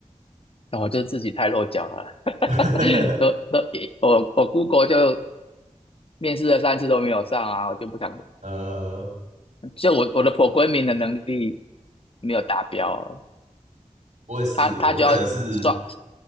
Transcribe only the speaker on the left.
那我就自己太落脚了，<laughs>
都都我我 Google 就面试了三次都没有上啊，我就不想，
就我我的 programming 的能力没有达标哦，
他他就要刷，